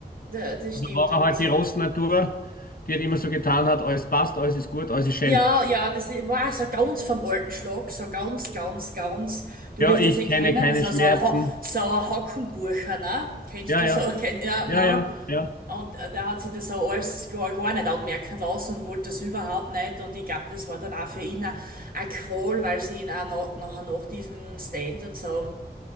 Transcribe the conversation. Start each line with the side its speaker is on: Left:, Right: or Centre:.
Right: da- das
Left: Und
Right: stimmt.
Left: Da war
Right: Und
Left: er halt die
Right: äh,
Left: Rossnatur, die hat immer so getan hat, alles passt, alles ist gut, alles ist schön.
Right: ja, ja, das i- war so ganz vom alten Schlag, so ganz, ganz, ganz. Du
Left: Ja,
Right: wirst
Left: ich
Right: das eh
Left: kenne
Right: kennen,
Left: keine
Right: was so,
Left: Schmerzen.
Right: so, ein Ho- so ein Hackenburcher, ne? Kennst
Left: Ja,
Right: du
Left: ja,
Right: so, kenn, ja, ne?
Left: ja, ja, ja.
Right: Und äh, der hat sich das so alles gar, gar nicht anmerken lassen und wollte das überhaupt nicht. Und ich glaube, das war dann auch für ihn eine Qual, weil sie ihn auch nach, nachher nach diesem Stand und so